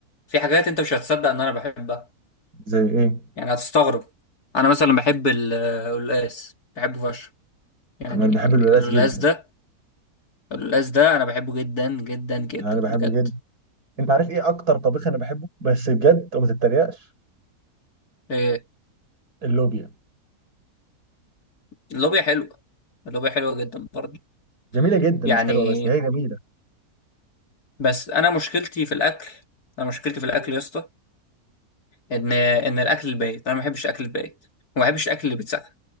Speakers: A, on the left; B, on the right.
A: في حاجات انت مش هتصدق ان انا بحبها
B: زي ايه
A: يعني هتستغرب انا مثلا بحب ال- القلقاس بحبه فشخ يعني
B: طب انا بحب الولاد
A: القلقاس
B: جدا
A: ده القلقاس ده انا بحبه جدا جدا جدا
B: يعني انا بحبه
A: بجد
B: جدا انت عارف ايه اكتر طبيخ انا بحبه بس بجد وما تتريقش
A: إيه،
B: اللوبيا
A: اللوبيا حلوه اللوبيا حلوه جدا برضه
B: جميله جدا
A: يعني
B: مش حلوه بس هي جميله
A: بس انا مشكلتي في الاكل انا مشكلتي في الاكل يا اسطى ان ان الاكل البايت انا ما بحبش الاكل البايت وما بحبش الاكل اللي بيتسخن